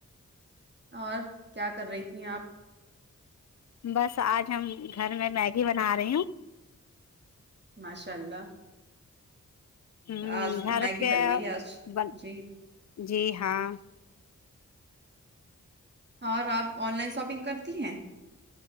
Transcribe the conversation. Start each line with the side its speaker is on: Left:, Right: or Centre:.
Right: اور کیا کر رہی تھی آپ
Left: بس آج ہم گھر میں میگی بنا رہی ہوں
Right: ماشاء اللہ
Left: ہ
Right: آج
Left: گھر
Right: میگی
Left: کے
Right: بن رہی ہے آج
Left: بن
Right: جی
Left: جی ہاں
Right: اور آپ آن لائن شاپنگ کرتی ہیں